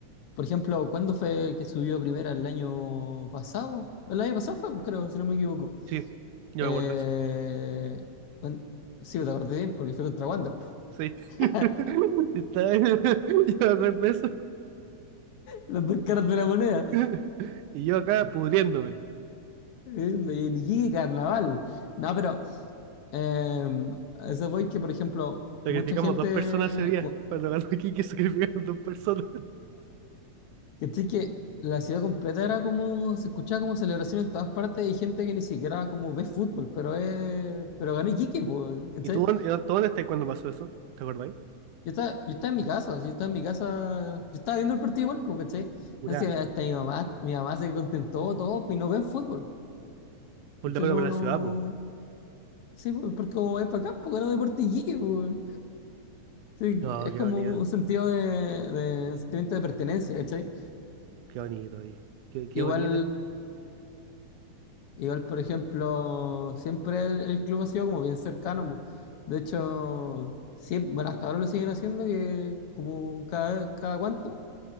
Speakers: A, on the left; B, on the right.
A: por ejemplo, ¿cuándo fue que subió a primera el año pasado? El año pasado fue, pues creo, si no me equivoco.
B: Sí. Yo
A: Eh,
B: me acuerdo de eso.
A: un- sí, te acordé bien porque fue contra Wander.
B: Sí.
A: <laughs>
B: <laughs> Está- <laughs> Yo me acuerdo de eso.
A: los dos caras de la moneda.
B: <laughs> Y yo acá pudriéndome.
A: Eh, de Iquique, carnaval. No, pero eh, a eso voy que, por ejemplo,
B: Sacrificamos
A: mucha gente.
B: dos personas ese día.
A: bu-
B: Cuando ganó Kiki, <laughs> sacrificaron dos personas.
A: Que sí que la ciudad completa era como. Se escuchaba como celebración en todas partes y gente que ni siquiera como ve fútbol, pero es, pero ganó Iquique, pues, ¿cachai?
B: ¿Y tú, dónde- eh, tú dónde estás cuando pasó eso? ¿Te acordáis?
A: Yo estaba, yo estaba en mi casa, yo estaba en mi casa. Yo estaba viendo el partido igual, pues, ¿cachai?
B: Curá.
A: Entonces, hasta mi mamá, mi mamá se contentó todo, pues, y no ven fútbol.
B: Full
A: Entonces
B: de acuerdo
A: no,
B: por la
A: no.
B: ciudad, po.
A: Sí, pues, porque como es para acá, porque no Deporte Iquique, pues. Sí,
B: No,
A: es
B: qué
A: como
B: bonito.
A: un un sentido de, de sentimiento de pertenencia, ¿cachai?
B: Qué bonito, oye. Qué, qué
A: Igual,
B: bonito.
A: igual, por ejemplo, siempre el, el club ha sido como bien cercano, pues. De hecho, sí, bueno, hasta ahora lo siguen haciendo, que como cada, cada cuánto,